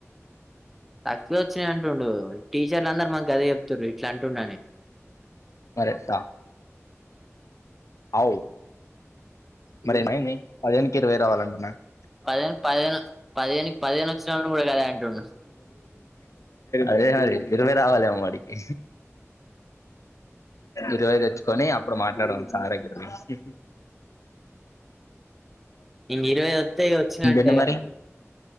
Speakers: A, in the centre; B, on the left.
A: తక్కువ వచ్చినాయి అంటుండు టీచర్లు అందరు మా గదే చెప్తుర్రి ఇట్లంటోడ్నని
B: మరి ఎట్టా అవు మరి ఏమైంది. <unintelligible> రావాలంటున్నాడు <inaudible>
A: పదిహేను పదిహేను పదిహేనుకి పదిహేను వచ్చిన వాళ్ళు కూడా గదే అంటుండు
B: అదే మరి ఇరవై రావాలేమో వాడికి ఇరవై తెచ్చుకొని అప్పుడు మాట్లాడు <unintelligible>
A: ఇంగ ఇరవై వత్తాయి వచ్చినట్టేగా
B: ఇంకేంటి మరి
A: మనకు